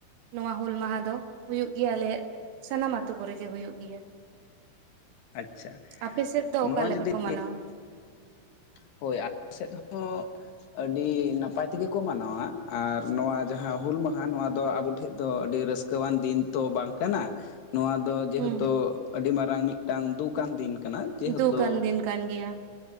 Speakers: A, on the right; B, on the left.
A: ᱱᱚᱣᱟ ᱦᱩᱞ ᱢᱟᱦᱟ ᱫᱚ ᱦᱩᱭᱩᱜ ᱜᱮᱭᱟ ᱟᱞᱮᱭᱟᱜ ᱥᱟᱱᱟᱢ ᱟᱛᱳ ᱠᱚᱨᱮ ᱜᱮ ᱦᱩᱭᱩᱜ ᱜᱮᱭᱟ᱾
B: ᱟᱪᱪᱷᱟ
A: ᱟᱯᱮ ᱥᱮᱫ ᱫᱚ ᱚᱠᱟᱞᱮᱠᱟ
B: ᱱᱚᱣᱟ ᱡᱩᱫᱤ
A: ᱠᱚ ᱢᱟᱱᱟᱣᱟ?
B: ᱦᱳᱭ ᱟᱞᱮ ᱥᱮᱫ ᱦᱚᱸ ᱟᱹᱰᱤ ᱱᱟᱯᱟᱭ ᱛᱮᱜᱮ ᱠᱚ ᱢᱟᱱᱟᱣᱟ ᱟᱨ ᱱᱚᱣᱟ ᱡᱟᱦᱟᱸ ᱦᱩᱞ ᱢᱟᱦᱟ ᱱᱚᱣᱟ ᱫᱚ ᱟᱵᱚ ᱴᱷᱮᱡ ᱫᱚ ᱟᱹᱰᱤ ᱨᱟᱹᱥᱠᱟᱹ ᱠᱟᱹᱣᱟᱱ ᱫᱤᱱ ᱛᱚ ᱵᱟᱝ ᱠᱟᱱᱟ, ᱱᱚᱣᱟ ᱫᱚ ᱡᱮᱦᱮᱛᱩ
A: ᱦᱩᱸ
B: ᱟᱹᱰᱤ ᱢᱟᱨᱟᱝ ᱢᱤᱫᱴᱟᱝ ᱫᱩᱠᱟᱱ ᱫᱤᱱ ᱠᱟᱱᱟ᱾ ᱡᱮᱦᱮᱛᱩ
A: ᱫᱩᱠ ᱟᱱ ᱫᱤᱱ ᱠᱟᱱ ᱜᱮᱭᱟ᱾